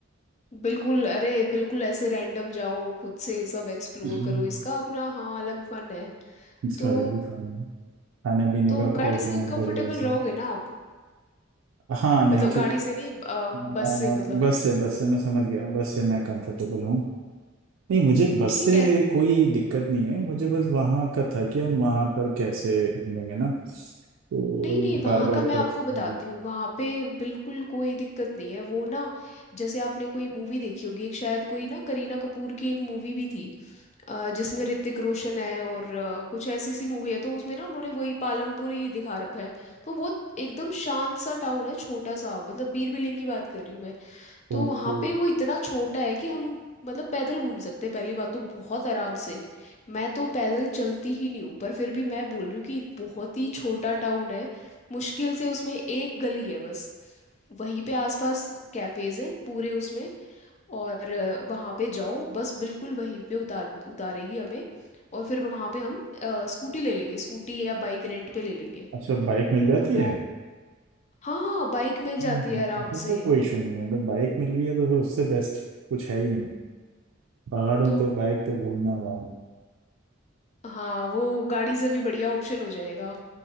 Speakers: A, on the left; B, on the right.
A: बिल्कुल अरे बिल्कुल ऐसे रैंडम जाओ खुद से सब एक्सप्लोर
B: हम्म।
A: करो इसका अपना हाँ अलग फन है
B: इसका
A: तो
B: अलग ही काम है खाने पीने
A: तो
B: का
A: गाड़ी
B: खोजना
A: से कंफर्टेबल
B: बढ़िया
A: रहोगे
B: सा
A: ना आप
B: हाँ नहीं
A: मतलब
B: ठीक
A: गाड़ी
B: है
A: से नहीं अ,
B: आ,
A: बस से मतलब
B: बस से बस से मैं समझ गया बस से मैं कंफर्टेबल हूँ नहीं मुझे
A: तो
B: बस
A: ठीक
B: से
A: है
B: कोई दिक्कत नहीं है मुझे बस वहाँ का था कि हम वहाँ पर कैसे घूमेंगे ना तो
A: नहीं नहीं वहाँ
B: बार बार
A: का मैं
B: टैक्सी
A: आपको बताती हूँ वहाँ पे बिल्कुल कोई दिक्कत नहीं है वो ना जैसे आपने कोई मूवी देखी होगी एक शायद कोई ना करीना कपूर की एक मूवी भी थी अ, जिसमें ऋतिक रोशन है और अ, कुछ ऐसी सी मूवी है तो उसमें ना उन्होंने वही पालमपुर ही दिखा रखा है तो बहुत एकदम शांत सा टाउन है छोटा सा मतलब बीर बिलिंग की बात कर रही हूँ मैं तो
B: ओके
A: वहाँ पे वो इतना छोटा है कि हम मतलब पैदल घूम सकते हैं पहली बात तो बहुत आराम से मैं तो पैदल चलती ही नहीं हूँ पर फिर भी मैं बोल रही हूँ कि बहुत ही छोटा टाउन है मुश्किल से उसमें एक गली है बस वहीं पे आसपास कैफ़ेज़ हैं पूरे उसमें और अ, वहाँ पे जाओ बस बिल्कुल वहीं पे उतार उतारेगी हमें और फिर वहाँ पे हम अ, स्कूटी ले लेंगे स्कूटी या बाइक रेंट पे ले लेंगे
B: अच्छा बाइक मिल जाती
A: तो
B: है
A: हाँ हाँ बाइक मिल जाती
B: हम्म,
A: है आराम
B: फिर
A: से
B: तो कोई इशू नहीं है अगर बाइक मिल रही है तो फिर उससे बेस्ट कुछ है ही नहीं पहाड़ों
A: तो
B: पे बाइक पे घूमना वाह
A: हाँ वो गाड़ी से भी बढ़िया ऑप्शन हो जाएगा